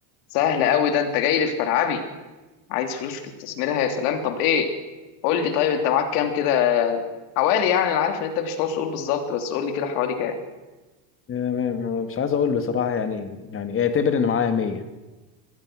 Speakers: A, on the left; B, on the left.
A: سهل قوي ده انت جاي لي في ملعبي عايز فلوس تستثمرها يا سلام طب ايه قول لي طيب انت معاك كام كده حوالي يعني انا عارف ان انت مش هتعوز تقول بالظبط بس قول لي كده حوالي كام
B: آه، ما- ما- مش عايز اقول بصراحه يعني يعني اعتبر ان معايا 100